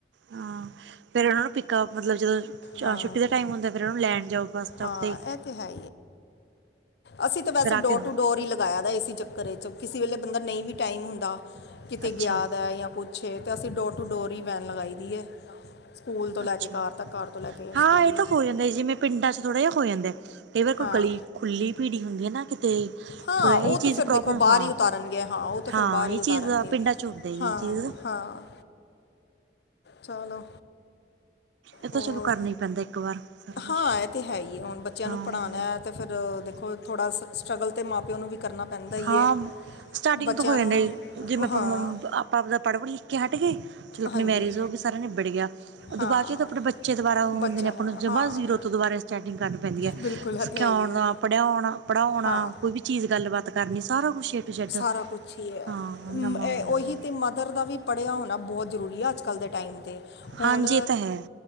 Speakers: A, on the right; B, on the left.
A: ਹਾਂ, ਫਿਰ ਉਹਨਾਂ ਨੂੰ ਪਿੱਕਾ ਮਤਲਬ ਜਦੋਂ
B: ਹਾਂ
A: ਛੁੱਟੀ ਦਾ ਟਾਈਮ ਹੁੰਦਾ। ਫਿਰ ਉਹਨੂੰ ਲੈਣ ਜਾਓ ਬੱਸ ਸਟਾਪ
B: ਹਾਂ
A: ਤੇ
B: ਇਹ ਹੈ ਅਸੀਂ ਤਾਂ ਵੈਸੇ
A: ਫਿਰ ਆ
B: ਡੋਰ
A: ਕੇ
B: ਟੂ ਡੋਰ ਹੀ ਲਾਇਆ ਤਾਂ, ਇਸੇ ਚੱਕਰ ਚ ਕਿਸੇ ਵੇਲੇ ਬੰਦਾ ਨਹੀਂ ਵੀ ਟਾਈਮ ਹੁੰਦਾ, ਕਿਤੇ
A: ਅੱਛਾ
B: ਗਿਆ ਦਾ ਜਾਂ ਕੁਛ ਛੇ ਤੇ ਅਸੀਂ ਡੋਰ ਟੂ ਡੋਰ ਹੀ ਵੈਨ ਲਗਾਈ ਦੀ ਹੈ। ਸਕੂਲ ਤੋਂ ਲੈ
A: ਅੱਛਾ
B: ਕੇ ਕਾਰ ਤੱਕ ਘਰ ਤੋਂ ਲੈ ਕੇ ਸਕੂਲ
A: ਹਾਂ, ਇਹ ਤਾਂ ਹੋ ਜਾਂਦਾ ਜਿਵੇਂ ਪਿੰਡਾਂ ਚ ਥੋੜ੍ਹਾ ਜਿਹਾ ਹੋ ਜਾਂਦਾ ਕਈ ਵਾਰ ਕੋਈ
B: ਹਾਂ
A: ਗਲੀ ਖੁੱਲੀ ਪੀੜੀ ਹੁੰਦੀ ਨਾ। ਤੇ
B: ਹਾਂ
A: ਥੋੜਾ ਇਹ
B: ਉਹ
A: ਚੀਜ਼
B: ਤੇ ਫਿਰ
A: ਪ੍ਰੋਬਲਮ
B: ਦੇਖੋ ਬਾਹਰ
A: ਹਾਂ।
B: ਹੀ ਉਤਾਰਨਗੇ ਹਾਂ ਉਹ ਤੇ ਫਿਰ
A: ਹਾਂ
B: ਬਾਹਰ
A: ਇਹ
B: ਹੀ ਉਤਾਰਨਗੇ
A: ਚੀਜ਼ ਪਿੰਡਾਂ ਚ ਚੁਦ ਜ
B: ਹਾਂ
A: ਚੀਜ਼ ਨੂੰ
B: ਹਾਂ ਚਲੋ
A: ਇਹ ਤਾਂ
B: ਹੋਰ,
A: ਚਲੋ ਕਰਨਾ ਹੀ ਪੈਂਦਾ ਇੱਕ ਵਾਰ ਸਾਰਾ ਕੁਛ
B: ਹਾਂ ਇਹ ਤੇ ਹੈ ਹੀ ਹੁਣ ਬੱਚਿਆਂ
A: ਹਾਂ
B: ਨੂੰ ਪੜ੍ਹਾਉਣਾ ਹੈ। ਤੇ ਫਿਰ ਦੇਖੋ ਥੋੜ੍ਹਾ ਸਟਰਗਲ ਅਤੇ ਮਾਂ ਪਿਓ ਨੂੰ ਵੀ ਕਰਨਾ ਪੈਂਦਾ। ਹੀ
A: ਹਾਂ,
B: ਹੈ
A: ਸਟਾਰਟਿੰਗ
B: ਬੱਚਿਆਂ
A: ਤੋਂ ਹੋ ਜਾਂਦਾ
B: ਨੂੰ
A: ਜੀ ਜਿਵੇਂ ਆਪਾਂ
B: ਹਾਂ
A: ਆਪ ਆਪਦਾ ਪੜ੍ਹਵੀਏ। ਹਟ ਗਏ। ਚਲੋ ਆਪਣੀ
B: ਹਾਂਜੀ
A: ਮੈਰਿਜ ਹੋ ਗਈ ਸਾਰਾ ਨਿਬੜ ਗਿਆ ਉਦੋਂ
B: ਹਾਂ
A: ਬਾਅਦ ਚ ਆਪਣੇ ਬੱਚੇ ਦੁਬਾਰਾ ਉਹ
B: ਬੱਚਿਆਂ
A: ਹੁੰਦੇ ਨੇ ਆਪਾਂ ਨੂੰ ਜਮ੍ਹਾਂ
B: ਹਾਂ
A: ਜ਼ੀਰੋ ਤੋਂ ਦੁਬਾਰਾ ਸਟਾਰਟਿੰਗ ਕਰਨੀ ਪੈਂਦੀ ਹੈ।
B: ਬਿਲਕੁਲ
A: ਸਿਖਾਉਣ
B: ਇਹ ਤਾਂ ਹੈ ਹੀ ਹੈ
A: ਦਾ ਪੜ੍ਹਿਆਉਣਾ ਪੜ੍ਹਾਉਣਾ
B: ਹਾਂ
A: ਕੋਈ ਵੀ ਚੀਜ਼ ਗੱਲਬਾਤ ਕਰਨੀ ਸਾਰਾ ਕੁਛ ਏ ਟੂ ਜੈਡ
B: ਸਾਰਾ ਕੁਛ ਹੀ ਹੈ।
A: ਹਾਂ ਨਵਾਂ ਹੋ ਜਾਂਦਾ
B: ਉਹੀ ਤੇ ਮਦਰ ਦਾ ਵੀ ਪੜ੍ਹਿਆ ਹੋਣਾ ਬਹੁਤ ਜ਼ਰੂਰੀ ਆ। ਅੱਜ ਕੱਲ੍ਹ ਦੇ ਟਾਈਮ 'ਤੇ ਹੁਣ
A: ਹਾਂਜੀ ਇਹ ਤਾਂ ਹੈ